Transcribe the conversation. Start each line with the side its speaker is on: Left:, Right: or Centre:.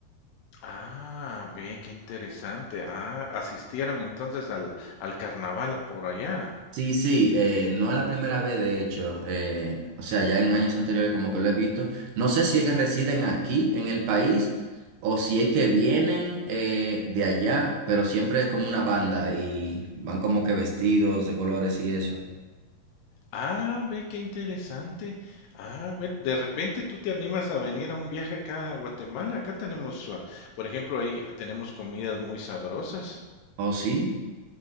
Left: Ah, ve, qué interesante. Ah, asistieron entonces al, al carnaval por allá.
Right: Sí, sí, eh, no es la primera vez, de hecho. eh, o sea, ya en años anteriores como que lo he visto. No sé si es que residen aquí en el país o si es que vienen eh, de allá, pero siempre es como una banda y van como que vestidos de colores y eso.
Left: Ah, ve, qué interesante. Ah, ve, de repente tú te animas a venir a un viaje acá a Guatemala. Acá tenemos, ah, por ejemplo, ahí tenemos comidas muy sabrosas.
Right: ¿Oh, sí?